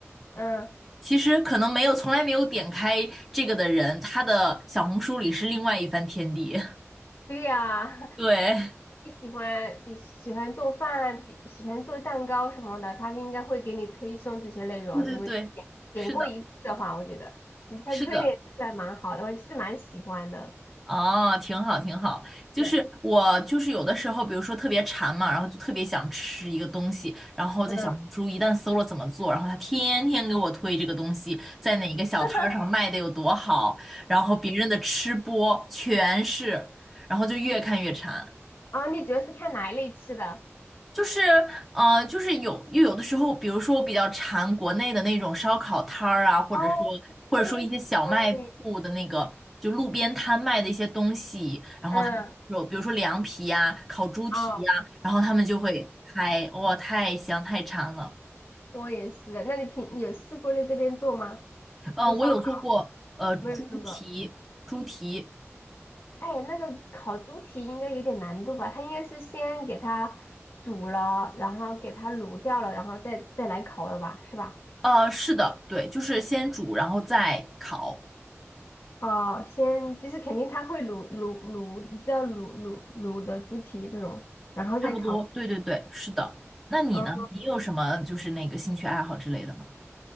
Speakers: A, on the left; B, in the centre.
A: 嗯，
B: 其实可能没有从来没有点开这个的人，他的小红书里是另外一番天地。<laughs>
A: 对呀、
B: 对，
A: 你喜欢比喜欢做饭，比喜欢做蛋糕什么的，他应该会给你推送这些内容。
B: 对对对，
A: 如果你点点过一次的话，
B: 是的，
A: 我觉得其实他这个也是还蛮好的，
B: 是的，
A: 我是蛮喜欢的。
B: 哦，挺好挺好。就是我就是有的时候，
A: 是，
B: 比如说特别馋嘛，然后就特别想吃一个东西，然后在小红书一旦搜了怎么做，
A: 嗯，
B: 然后他天天给我推这个东西在哪个小摊儿上卖的有多好，
A: <laughs>
B: 然后别人的吃播全是，然后就越看越馋。
A: 啊，你主要是看哪一类吃的？
B: 就是呃，就是有又有的时候，比如说我比较馋国内的那种烧烤摊儿啊，或者说
A: 哦，
B: 或者说一些小卖铺的那个，
A: 我也喜欢诶。
B: 就路边摊卖的一些东西，然后他们有比如说凉皮呀、
A: 嗯，
B: 烤猪蹄呀、
A: 哦，
B: 然后他们就会开，哇，太香太馋了。
A: 我也是的。那你平你有试过在这边做吗？
B: 嗯、呃我有做过呃猪蹄，
A: 做烧烤没有做过？
B: 猪蹄，
A: 哎，那个烤猪蹄应该有点难度吧？它应该是先给它煮了，然后给它卤掉了，然后再再来烤的吧，是吧？
B: 呃，是的，对，就是先煮然后再烤，
A: 哦，先就是肯定它会卤卤卤，你知道卤卤卤的猪蹄这种，然后再烤。
B: 差不多，对对对，是的。那你呢？
A: 嗯，
B: 你有什么就是那个兴趣爱好之类的吗？